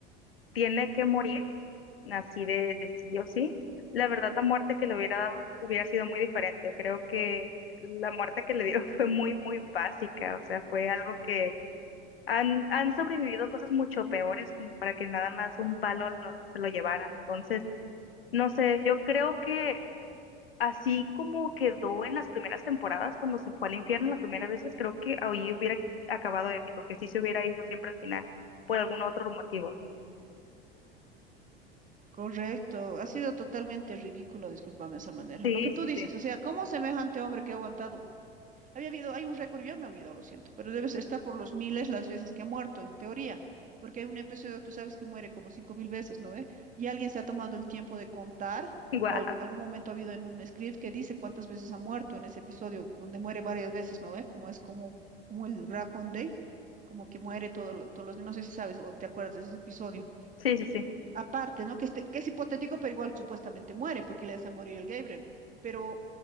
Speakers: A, on the left; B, on the right.
A: tiene que morir, así de, de sí o sí, la verdad la muerte que le hubiera dado hubiera sido muy diferente. Creo que la muerte que le dio <laughs> fue muy, muy básica, o sea, fue algo que han, han sobrevivido cosas mucho peores como para que nada más un palo lo- se lo llevara. Entonces, no sé, yo creo que así como quedó en las primeras temporadas cuando se fue al infierno las primeras veces, creo que ahí hubiera acabado épico, que sí se hubiera ido siempre al final, por algún otro motivo.
B: Correcto, ha sido totalmente ridículo, discúlpame de esa manera.
A: Sí,
B: Lo que tú
A: sí,
B: dices,
A: sí.
B: o sea, ¿cómo semejante hombre que ha aguantado? Había habido, hay un récord, yo me he olvidado, lo siento, pero debe estar por los miles las veces que ha muerto, en teoría, porque hay un episodio, tú sabes que muere como cinco mil veces, ¿no ve? Y alguien se ha tomado el tiempo de contar,
A: <laughs> Guau.
B: o algún- en algún momento ha habido en un script que dice cuántas veces ha muerto en ese episodio, donde muere varias veces, ¿no ve? Como es como, como el Groundhog Day, como que muere todo, lo- todos los días, no sé si sabes o te acuerdas de ese episodio
A: Sí, sí, sí.
B: aparte, ¿no? Que, este- que es hipotético, pero igual supuestamente muere porque le hace morir el Gabriel. Pero